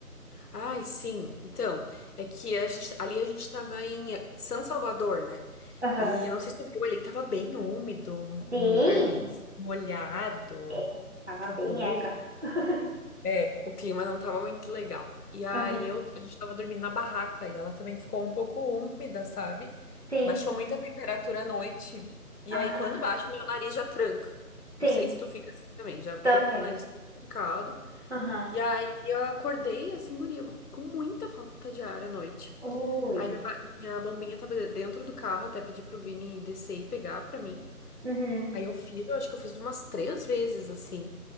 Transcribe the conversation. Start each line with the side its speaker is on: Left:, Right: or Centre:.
Left: Ai, sim. Então, é que a gente, ali a gente tava em São Salvador, né?
Right: Aham.
Left: E eu não sei se tu viu ali que tava bem úmido, um,
Right: Sim,
Left: um lugar bem assim, molhado,
Right: é, tava
Left: chuvoso.
Right: bem eca. <laughs>
Left: É, o clima não tava muito legal. E aí
Right: Aham.
Left: eu, a gente tava dormindo na barraca e ela também ficou um pouco úmida, sabe?
Right: Sim.
Left: Baixou muito a temperatura à noite. E
Right: Ah,
Left: aí quando baixa, meu nariz já tranca. Não
Right: sim,
Left: sei se tu fica assim também, já fico
Right: também.
Left: com o nariz todo trancado.
Right: Aham.
Left: E aí eu acordei assim, guria, com muita falta de ar à noite.
Right: Ui.
Left: Aí minha, ba- minha bombinha tava de- dentro do carro, até pedi pro Vini descer e pegar pra mim.
Right: Uhum.
Left: Aí eu fiz, eu acho que eu fiz umas três vezes assim.